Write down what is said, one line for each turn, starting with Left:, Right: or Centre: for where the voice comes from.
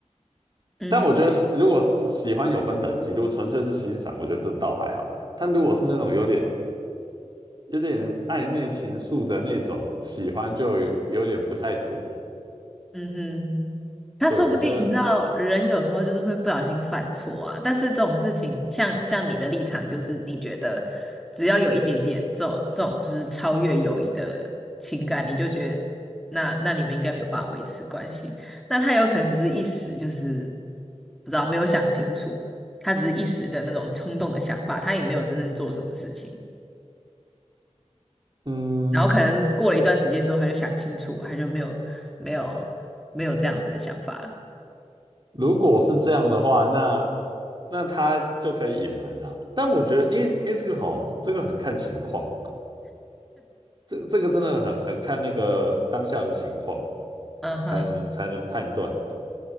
Centre: 嗯哼，
Right: 但我觉得喜如果是喜欢有分等级，如果纯粹是欣赏，我觉得倒还好。但如果是那种有点有点暧昧情愫的那种喜欢，就有有点不太妥。
Centre: 嗯哼。他说不定你知道，
Right: 对，我觉得，
Centre: 人有时候就是会不小心犯错啊。但是这种事情，像像你的立场，就是你觉得只要有一点点这种这种就是超越友谊的情感，你就觉得那那你们应该没有办法维持关系。那他有可能只是一时就是不知道没有想清楚，他只是一时的那种冲动的想法，他也没有真正做什么事情。
Right: 嗯。
Centre: 然后可能过了一段时间之后，他就想清楚，他就没有没有没有这样子的想法。
Right: 如果是这样的话，那那他就可以隐瞒啦。但我觉得，因为因为这个吼，这个很看情况，这这个真的很很看那个当下的情况，
Centre: 嗯哼。
Right: 才能才能判断。